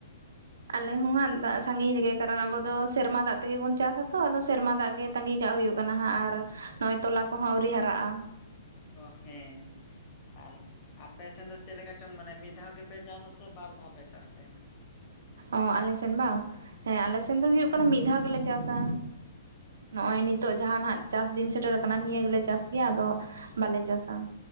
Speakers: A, on the right; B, on the left.
A: ᱟᱞᱮ ᱦᱚᱸ ᱦᱟᱸᱜ ᱫᱟᱜ ᱥᱟᱺᱜᱤᱧ ᱨᱮᱜᱮ, ᱠᱟᱨᱚᱱ ᱟᱵᱚ ᱫᱚ ᱥᱮᱨᱢᱟ ᱫᱟᱜ ᱛᱮᱜᱮ ᱵᱚᱱ ᱪᱟᱥᱟ ᱛᱚ ᱟᱫᱚ ᱥᱮᱨᱢᱟ ᱫᱟᱜ ᱜᱮ ᱛᱟᱺᱜᱤ ᱠᱟᱜ ᱦᱩᱭᱩᱜ ᱠᱟᱱᱟ ᱦᱟᱸᱜ ᱟᱨ ᱱᱚᱜᱼᱚᱭ ᱛᱚᱞᱟ ᱠᱚᱦᱚᱸ ᱟᱹᱣᱨᱤ ᱦᱟᱨᱟᱜᱼᱟ᱾
B: ᱚ ᱦᱮᱸ ᱟᱨ ᱟᱯᱮ ᱥᱮᱱ ᱫᱚ ᱪᱮᱫ ᱞᱮᱠᱟ ᱪᱚᱝ ᱢᱟᱱᱮ ᱢᱤᱫ ᱫᱷᱟᱣ ᱜᱮ ᱯᱮ ᱪᱟᱥᱟ ᱥᱮ ᱵᱟᱨ ᱫᱷᱟᱣ ᱯᱮ ᱪᱟᱥ ᱛᱟᱦᱮᱱᱟ?
A: ᱚ ᱟᱞᱮ ᱥᱮᱱ ᱵᱟᱝ? ᱦᱮᱸ ᱟᱞᱮ ᱥᱮᱱ ᱫᱚ ᱦᱩᱭᱩᱜ ᱠᱟᱱᱟ ᱢᱤᱫ ᱫᱷᱟᱣ ᱜᱮᱞᱮ ᱪᱟᱥᱟ᱾ ᱱᱚᱸᱜ-ᱚᱭ ᱱᱤᱛᱚᱜ ᱡᱟᱦᱟᱸ ᱱᱟᱦᱟᱜ ᱪᱟᱥ ᱫᱤᱱ ᱥᱮᱴᱮᱨ ᱟᱠᱟᱱᱟ ᱱᱤᱭᱟᱹ ᱜᱮᱞᱮ ᱪᱟᱥ ᱜᱮᱭᱟ, ᱟᱫᱚ ᱵᱟᱞᱮ ᱪᱟᱥᱟ᱾